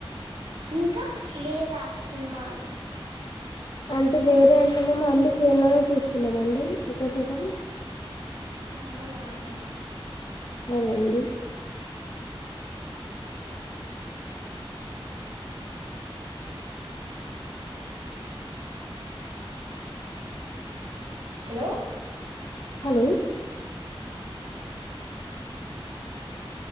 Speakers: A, on the right; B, on the left.
A: ఇంక వేర సినిమాలు
B: అంటే వేరే అంటేనేమో అన్ని ఫోన్లోనే చూసుకున్నమండి ఎక్కో శాతం.
A: అవునా అండి
B: అవునండి
A: హలో
B: హలో